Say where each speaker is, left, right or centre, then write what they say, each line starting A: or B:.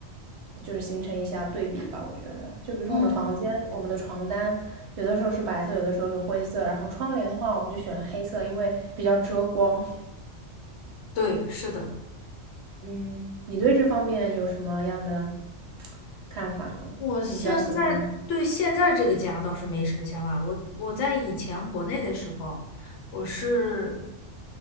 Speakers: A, on the right; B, on the left.
A: 就是形成一下对比吧，我觉得，就比如说我们房间，
B: 嗯，
A: 我们的床单，有的时候是白色，有的时候是灰色，然后窗帘的话，我们就选了黑色，因为比较遮光。
B: 对，是的。
A: 嗯，你对这方面有什么样的看法呢？
B: 我现在对现在这个家倒是没什么想法。
A: 你比较喜欢？
B: 我我在以前国内的时候，我是